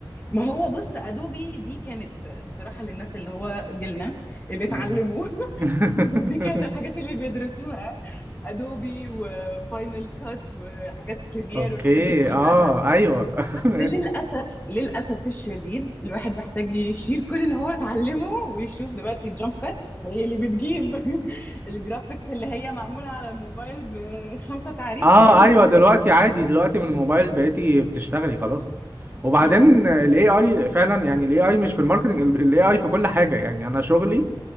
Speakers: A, on the left; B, on the right.
A: ما هو بص ادوبي دي كانت بصراحه للناس اللي هو جيلنا اللي اتعلموا
B: مم.
A: <laughs>
B: <laughs>
A: ودي كانت الحاجات اللي بيدرسوها ادوبي وفاينل كات وحاجات بريمير
B: اوكي
A: والحاجات دي كلها
B: اه ايوه <laughs>
A: للاسف للاسف الشديد الواحد محتاج يشيل كل اللي هو اتعلمه ويشوف دلوقتي الجامب كاتس هي اللي بتجيب <laughs> الجرافيكس اللي هي معموله على الموبايل بخمسه تعريفه
B: اه
A: هي اللي
B: ايوه دلوقتي عادي دلوقتي من الموبايل بقيتي بتشتغلي خلاص وبعدين
A: <laughs> مظبوط
B: الاي اي فعلا يعني الاي اي مش في الماركتنج الاي اي في كل حاجه يعني انا شغلي